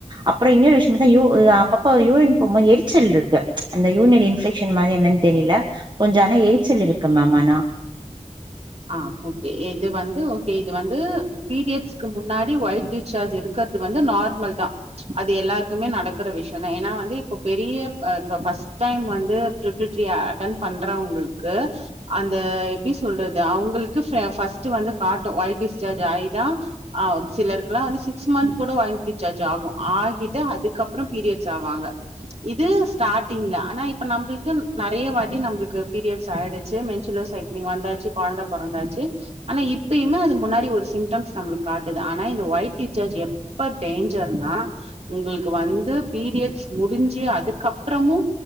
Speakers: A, on the right; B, on the right.
A: அப்பறோ இன்னொரு விஷய பாத்தா யூ அப்பப்ப யூரின் போக போது எரிச்சல் இருக்கு அந்த யூனிரி இன்பெக்ஷன் மாதிரி என்னன்னு தெரியல கொஞ்சோ ஆனா எரிச்சல் இருக்கு மேம் ஆனா
B: ஆ ஓகே இது வந்து ஓகே இது வந்து பீரியட்ஸ்க்கு முன்னாடி ஒய்ட் டிஸார்ஜ் இருக் க்கறது வந்து நார்மல் தா அது எல்லாருக்குமே நடக்கற விஷயந் தா ஏனா வந்து இப்ப பெரிய்யப் ஃபஸ்ட் டைம் வந்து ப்ரிப்ரிட்டிய அட்டன் பண்றவங்களுக்கு அந்த எப்டி சொல்றது அவுங்களுக்கு ஃபஸ்ட் வந்து காட்டு ஒய்ட்டிஸ்சார்ஜ் ஆயிதா ஆ சிலருக்கெல்லா வந்து சிக்ஸ் மன்ந்த் கூட ஒய்ட்டிஸ்சார்ஜ் ஆகு ஆகிட்டு அதுக்கப்பறோ பீரியட்ஸ் ஆவாங்க இது ஸ்டார்டிங்ல ஆனா இப்ப நம்மளுக்கு நெறைய வாட்டி நம்மளுக்கு பீரியட்ஸ் ஆயிடுச்சு மென்சுலோ சைட் வந்தாச்சு கொழந்த பொறந்தாச்சு ஆனா இப்பயூமே அது முன்னாடி ஒரு சிம்டம்ஸ் நம்மளுக்கு காட்டுது ஆனா இந்த ஒயிட் டிஸார்ஜ் எப்ப டேஞ்சர்னா உங்களுக்கு வந்து பீரியட்ஸ் முடிஞ்சு அதுக்கப்பறமு